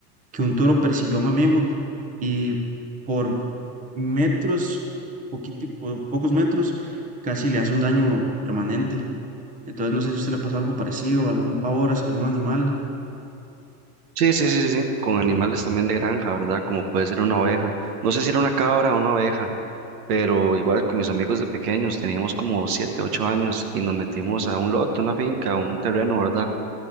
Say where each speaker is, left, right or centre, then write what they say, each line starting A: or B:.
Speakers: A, on the right (about 15°); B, on the right (about 75°).
A: que un toro persiguió a un amigo y por metros, poquiti- po- pocos metros, casi le hace un daño permanente. Entonces, no sé si a usted le pasó algo parecido, algún pavor hacia algún animal.
B: Sí, sí, sí, sí, sí, con animales también de granja, ¿verdad? Como puede ser una oveja. No sé si era una cabra o una oveja, pero igual con mis amigos de pequeños, teníamos como siete, ocho años y nos metimos a un lote, una finca, un terreno, ¿verdad?